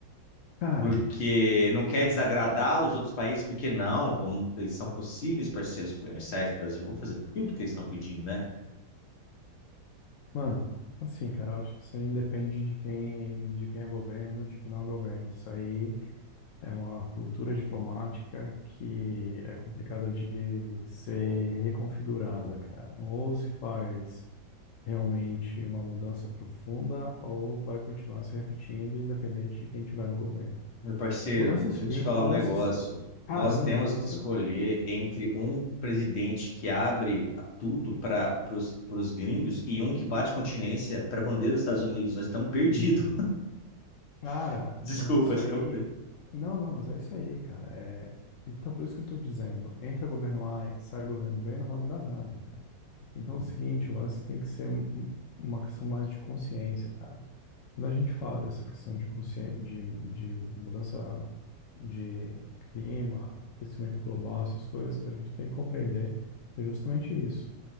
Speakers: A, on the left; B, on the left.
A: cara,
B: porque não quer desagradar os outros países, porque não, vamos, eles são possíveis parceiros comerciais do Brasil, vão fazer tudo que eles estão pedindo, né?
A: Mano, assim, cara, eu acho que isso aí independe de quem, de quem é governo, de quem não é governo. Isso aí é uma cultura diplomática que é complicada de ser reconfigurada, cara. Ou se faz realmente uma mudança profunda, ou vai continuar se repetindo, independente de quem tiver no governo.
B: Meu parceiro,
A: O lance
B: deixa
A: é o seguinte,
B: eu te falar
A: o lance,
B: um negócio.
A: é o- cara,
B: Nós
A: não,
B: temos
A: mas o lance
B: que escolher entre um presidente que abre tudo para os gringos e um que bate continência para a bandeira dos Estados Unidos. Nós estamos perdidos.
A: Cara,
B: <laughs> Desculpa
A: mas isso
B: te
A: aí.
B: interromper.
A: Não, não, mas é isso aí, cara. É... Então, por isso que eu tô dizendo: entra governo A, sai governo B, não vai mudar nada, cara. Então,
B: Uhum.
A: é o seguinte: o lance tem que ser um- uma questão mais de consciência, cara. Quando a gente fala dessa questão de consciência, de, de mudança de clima, aquecimento global, essas coisas que a gente tem que compreender, é justamente isso.